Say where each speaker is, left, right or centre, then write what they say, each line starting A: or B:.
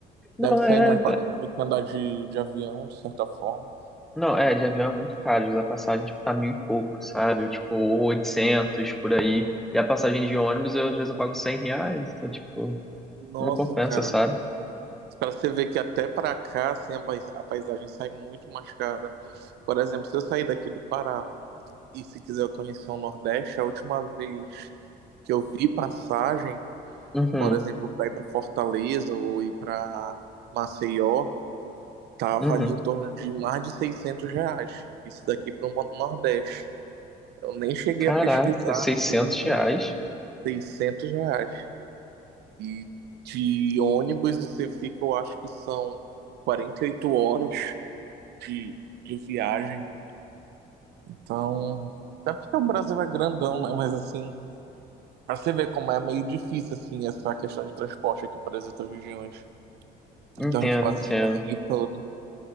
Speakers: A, on the right; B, in the centre.
A: Deve
B: Não,
A: sair
B: é,
A: mais barato do que andar de, de avião, de certa forma.
B: Não, é, de avião é muito caro. A passagem, tipo, tá mil e pouco, sabe? Tipo, 800 por aí. E a passagem de ônibus, eu, às vezes eu pago cem reais. Então, tipo,
A: Nossa,
B: não compensa,
A: cara.
B: sabe?
A: para você ver que até para cá, assim, a pais- a paisagem sai muito mais cara. Por exemplo, se eu sair daqui do Pará e se quiser conhecer o Nordeste, a última vez que eu vi passagem,
B: Uhum,
A: por exemplo, para ir para Fortaleza ou ir para Maceió, tava
B: uhum.
A: ali em torno de mais de 600 reais. Isso daqui para o Nordeste. Eu nem cheguei
B: Caraca,
A: a pesquisar,
B: seiscentos
A: assim,
B: reais?
A: 600 reais. E de ônibus você fica, eu acho que são 48 horas de, de viagem. Então, até porque o Brasil é grandão, né? Mas assim, pra você ver como é meio difícil, assim, essa questão de transporte aqui para as outras regiões.
B: Entendo,
A: Então a gente passa
B: entendo.
A: o perrengue todo.